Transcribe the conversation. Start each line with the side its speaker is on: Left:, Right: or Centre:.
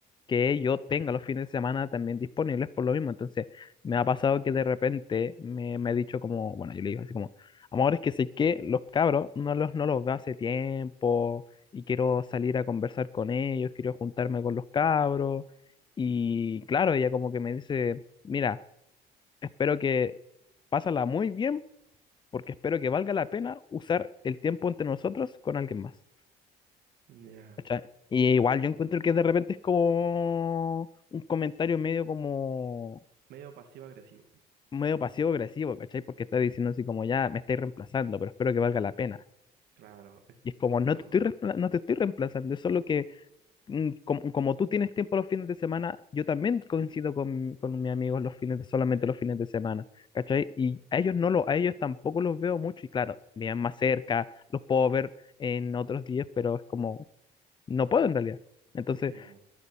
Left: que yo tenga los fines de semana también disponibles por lo mismo. Entonces, me ha pasado que de repente me, me ha dicho como, bueno, yo le digo así como, amor, es que sé que los cabros no los, no los veo hace tiempo y quiero salir a conversar con ellos, quiero juntarme con los cabros. Y claro, ella como que me dice, mira, espero que pásala muy bien porque espero que valga la pena usar el tiempo entre nosotros con alguien más.
Right: Ya.
Left: ¿cachai? Y igual yo encuentro que de repente es como un comentario medio como
Right: Medio pasivo-agresivo.
Left: medio pasivo-agresivo, ¿cachai? Porque está diciendo así como ya me estáis reemplazando, pero espero que valga la pena.
Right: Claro. es-
Left: Y es como no
Right: Sí, po.
Left: te estoy reempla- no te estoy reemplazando, es solo que mm, como, como tú tienes tiempo los fines de semana, yo también coincido con, con mis amigos los fines de, solamente los fines de semana, ¿cachai?
Right: sí,
Left: Y
Right: po.
Left: a ellos no lo, a ellos tampoco los veo mucho y claro, viven más cerca, los puedo ver en otros días, pero es como, no puedo en realidad. Entonces,
Right: Sí, po.